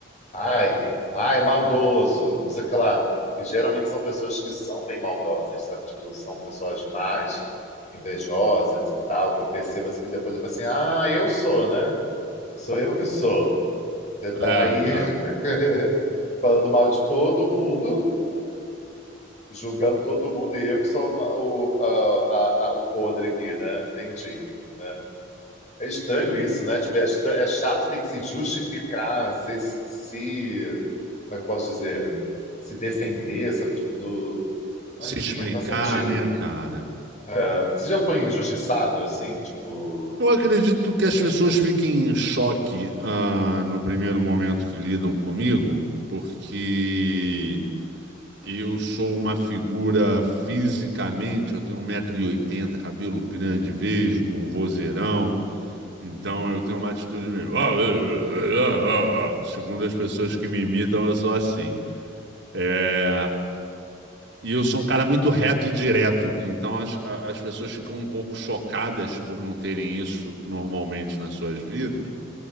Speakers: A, on the left; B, on the right.
A: ai, ai, maldoso, não sei o que lá. E geralmente são pessoas que são bem maldosas, sabe? Tipo, são pessoas mais invejosas e tal, que eu percebo assim, que depois eu falo assim, ah, eu sou, né? Sou eu que sou. Você está
B: É, é,
A: aí <laughs> falando mal de todo mundo, julgando todo mundo, e eu que sou uma- o, a- a- a- o podre aqui, né? Entendi, né? É estranho isso, né? Tipo, é, estra- é chato ter que se justificar, se, se- como é que eu posso dizer? Se defender, sabe? Tipo, do... Ah,
B: se
A: Enfim,
B: explicar,
A: é cansativo.
B: né, cara?
A: É. Você já foi injustiçado, assim? Tipo...
B: Eu acredito que as pessoas fiquem em choque, ah, no primeiro momento que lidam comigo, porque Eu sou uma figura fisicamente, eu tenho um metro e oitenta, cabelo grande, vesgo, um vozeirão, então eu tenho uma atitude meio. <laughs> Segundo as pessoas que me imitam, eu sou assim. É, E eu sou um cara muito reto e direto, então as, a- as pessoas ficam um pouco chocadas por não terem isso normalmente nas suas vidas.